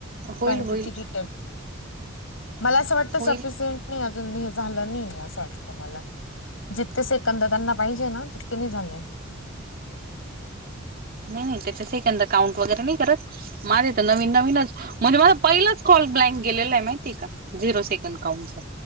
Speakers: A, on the right; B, on the left.
A: होईल
B: बँकेची
A: होईल
B: डिटेल मला असं वाटत
A: होईल
B: सफिशंट नाही अजून हे झालं नाही असं वाटतं मला. जितके सेकंद त्यांना पाहिजे ना, तितके नाही झाले.
A: नाही नाही त्याच्या सेकंद काउंट वगैरे नाही करत. माझे तर नवीन नवीनच म्हणजे माझा पहिलाच कॉल ब्लँक गेलेला आहे, माहिती का झिरो सेकंड काऊंटचा